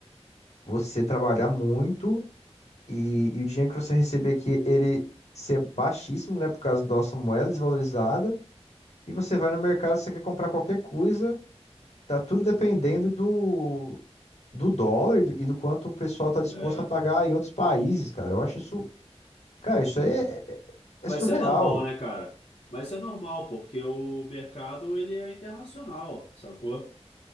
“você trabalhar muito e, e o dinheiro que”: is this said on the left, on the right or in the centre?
Left